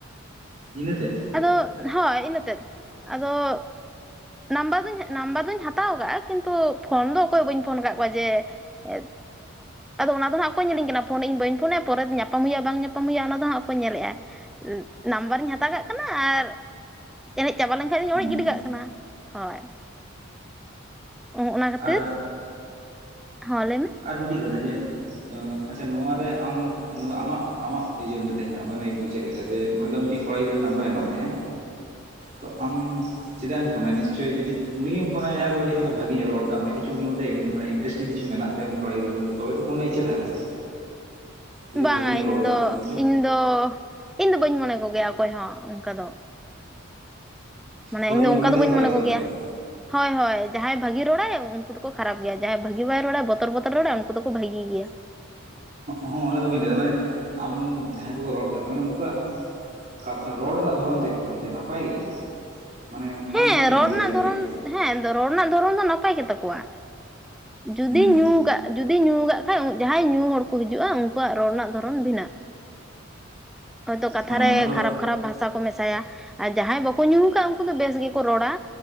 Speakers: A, on the right (about 35°); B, in the centre.
A: ᱤᱱᱟᱹᱛᱮᱜ
B: ᱟᱫᱚ ᱦᱳᱭ ᱤᱱᱟᱹᱛᱮᱫ ᱟᱫᱚ ᱱᱟᱢᱵᱟᱨ ᱫᱩᱧ ᱱᱟᱢᱵᱟᱨ ᱫᱩᱧ ᱦᱟᱛᱟᱣ ᱟᱠᱟᱜ ᱟ ᱠᱤᱱᱛᱩ ᱯᱷᱳᱱ ᱫᱚ ᱚᱠᱚᱭ ᱦᱚᱸ ᱵᱟᱹᱧ ᱯᱷᱳᱱ ᱠᱟᱜ ᱠᱚᱣᱟ ᱡᱮ ᱮᱫ ᱟᱫᱚ ᱚᱱᱟ ᱫᱚ ᱦᱟᱸᱜ ᱠᱚᱭ ᱧᱮᱞᱤᱧ ᱠᱟᱱᱟ ᱯᱷᱳᱱ ᱮᱜᱤᱧ ᱵᱟᱹᱧ ᱯᱷᱳᱱᱟᱭ ᱯᱚᱨᱮ ᱛᱮ ᱧᱟᱯᱟᱢ ᱦᱩᱭᱩᱜᱼᱟ ᱵᱟᱝ ᱧᱟᱯᱟᱢ ᱦᱩᱭᱩᱜᱼᱟ ᱚᱱᱟ ᱫᱚ ᱦᱟᱸᱜ ᱠᱚᱭ ᱧᱮᱞᱮᱜᱼᱟ ᱱᱟᱢᱵᱟᱨᱮᱧ ᱦᱟᱛᱟᱣ ᱠᱟᱜ ᱠᱟᱱᱟ ᱟᱨ ᱮᱱᱮᱡ ᱪᱟᱵᱟ ᱞᱮᱱᱠᱷᱟᱜ ᱫᱩᱧ
A: ᱦᱩᱸ
B: ᱚᱲᱮᱡ ᱜᱤᱰᱤ ᱠᱟᱜ ᱠᱟᱱᱟ ᱦᱚᱭ ᱾ ᱚᱱᱟ ᱠᱷᱟᱹᱛᱤᱨ
A: ᱟᱨ
B: ᱦᱚᱸ ᱞᱟᱹᱭ ᱢᱮ
A: ᱟᱨ ᱢᱤᱜᱴᱤᱡ ᱠᱟᱛᱷᱟ ᱡᱮ ᱟᱪᱪᱷᱟ ᱱᱚᱣᱟ ᱨᱮ ᱟᱢ ᱱᱚᱣᱟ ᱫᱚ ᱟᱢᱟᱜ ᱟᱢᱟᱜ ᱤᱡᱟᱹᱢ ᱢᱤᱛᱟᱹᱧ ᱢᱮ ᱦᱚᱜ ᱟᱹᱱᱟᱹᱭᱠᱟᱹᱣ ᱪᱮᱜ ᱞᱮᱠᱟ ᱡᱮ ᱢᱚᱱᱮᱠᱟᱜ ᱢᱮ ᱢᱤᱜᱴᱤᱡ ᱠᱚᱲᱟ ᱜᱤᱫᱽᱨᱟᱹ ᱱᱟᱢᱵᱟᱨᱮ ᱮᱢᱟᱜ ᱢᱮᱭᱟᱭ ᱛᱚ ᱟᱢ ᱪᱮᱫᱟᱜ ᱮᱢ ᱯᱷᱳᱱᱟᱭᱟ ᱱᱤᱥᱪᱳᱭ ᱡᱩᱫᱤ ᱩᱱᱤᱜᱮᱢ ᱯᱷᱳᱱᱟᱭᱟ ᱡᱟᱦᱟᱸᱭ ᱫᱚ ᱠᱟᱹᱴᱤᱡ ᱦᱚᱸᱭ ᱛᱚ ᱵᱷᱟᱜᱤᱧᱚᱜ ᱨᱚᱲ ᱠᱟᱜ ᱢᱮᱭᱟ ᱠᱤᱪᱷᱩ ᱩᱱᱤ ᱢᱚᱫᱫᱷᱮ ᱤᱱ ᱢᱟᱱᱮ ᱤᱱᱴᱨᱮᱥᱴᱤᱝ ᱠᱤᱪᱷᱩ ᱢᱮᱱᱟᱜ ᱛᱟᱭᱟ ᱩᱱᱤ ᱠᱚᱲᱟ ᱜᱤᱫᱽᱨᱟᱹ ᱢᱩᱫ ᱨᱮ ᱛᱚᱵᱮ ᱛᱚ ᱯᱷᱳᱱᱟᱜ ᱤᱪᱪᱷᱟᱹ ᱛᱟᱦᱮᱱᱟ ᱥᱮ ᱡᱩᱫᱤ
B: ᱵᱟᱝ
A: ᱵᱷᱟᱜᱮ ᱧᱚᱜ
B: ᱟ ᱤᱧ
A: ᱨᱚᱲ ᱠᱟᱜ
B: ᱫᱚ
A: ᱢᱮ ᱠᱷᱟᱱ
B: ᱤᱧ ᱫᱚ ᱤᱧ ᱫᱚ ᱵᱟᱹᱧ ᱢᱚᱱᱮ ᱠᱚ ᱜᱮᱭᱟ ᱚᱠᱚᱭ ᱦᱚᱸ ᱚᱝᱠᱟ ᱫᱚ ᱢᱟᱱᱮ
A: ᱦᱳᱭ
B: ᱤᱧ ᱫᱚ ᱚᱱᱠᱟ
A: ᱚᱱᱟᱴᱟᱜ
B: ᱫᱚ ᱵᱟᱹᱧ
A: ᱜᱮ ᱵᱟᱲᱟᱭ
B: ᱢᱚᱱᱮ
A: ᱥᱟᱱᱟᱧ
B: ᱠᱚ ᱜᱮᱭᱟ
A: ᱠᱟᱱᱟ
B: ᱾ ᱦᱚᱭ ᱦᱚᱭ ᱡᱟᱦᱟᱸᱭ ᱵᱷᱟᱹᱜᱤ ᱨᱚᱲᱟᱭ ᱩᱱᱠᱩ ᱫᱚᱠᱚ ᱠᱷᱟᱨᱟᱯ ᱜᱮᱭᱟ ᱡᱟᱦᱟᱸᱭ ᱵᱷᱟᱹᱜᱤ ᱵᱟᱭ ᱨᱚᱲᱟ ᱵᱚᱛᱚᱨ ᱵᱚᱛᱚᱨ ᱮ ᱨᱚᱲᱟ ᱩᱱᱠᱩ ᱫᱚᱠᱚ ᱵᱷᱟᱹᱜᱤ ᱜᱮᱭᱟ ᱾
A: ᱦᱚᱸ ᱚᱱᱟ ᱫᱚ ᱵᱟᱹᱧ ᱞᱟᱹᱭ ᱫᱟ ᱢᱟᱱᱮ ᱟᱢ ᱡᱟᱦᱟᱸᱭ ᱠᱚᱠᱚ ᱨᱚᱲ ᱠᱟᱜ ᱢᱮᱭᱟ ᱢᱟᱱᱮ ᱩᱱᱠᱩᱣᱟᱜ ᱠᱟᱛᱷᱟ ᱨᱚᱲ ᱨᱮᱱᱟᱜ ᱫᱷᱚᱨᱚᱱ ᱪᱮᱜ ᱞᱮᱠᱟᱱᱟ ᱡᱮ ᱱᱟᱯᱟᱭ ᱜᱮᱭᱟ ᱢᱟᱱᱮ
B: ᱦᱮᱸ
A: ᱟᱢ ᱪᱮᱜᱠᱟᱢ
B: ᱨᱚᱲ
A: ᱢᱚᱱᱮᱭ
B: ᱨᱮᱱᱟᱜ
A: ᱫᱟ ᱡᱮ
B: ᱫᱷᱚᱨᱚᱱ
A: ᱢᱤᱜᱴᱤᱡ
B: ᱦᱮᱸ ᱨᱚᱲ ᱨᱮᱱᱟᱜ ᱫᱷᱚᱨᱚᱢ ᱫᱚ ᱱᱟᱯᱟᱭ ᱜᱮᱛᱟ ᱠᱚᱣᱟ ᱡᱩᱫᱤ
A: ᱦᱩᱸ
B: ᱧᱩ ᱠᱟᱜ ᱡᱩᱫᱤ ᱧᱩ ᱠᱟᱜ ᱠᱷᱟᱡ ᱡᱟᱦᱟᱸᱭ ᱧᱩ ᱦᱚᱲ ᱠᱚ ᱦᱤᱡᱩᱜᱼᱟ ᱩᱝᱠᱩᱣᱟᱜ ᱨᱚᱲ ᱨᱮᱱᱟᱜ ᱫᱷᱚᱨᱚᱱ ᱵᱷᱤᱱᱟᱹ ᱦᱚᱭᱛᱚ ᱠᱟᱛᱷᱟ
A: ᱦᱳᱭ
B: ᱨᱮ
A: ᱟᱫᱚ
B: ᱠᱷᱟᱨᱟᱯ ᱠᱷᱟᱨᱟᱯ ᱵᱷᱟᱥᱟ ᱠᱚ ᱢᱮᱥᱟᱭᱟ ᱟᱨ ᱡᱟᱦᱟᱸᱭ ᱵᱟᱠᱚ ᱧᱩ ᱠᱟᱜ ᱟ ᱩᱱᱠᱩ ᱫᱚ ᱵᱮᱥ ᱜᱮᱠᱚ ᱨᱚᱲᱟ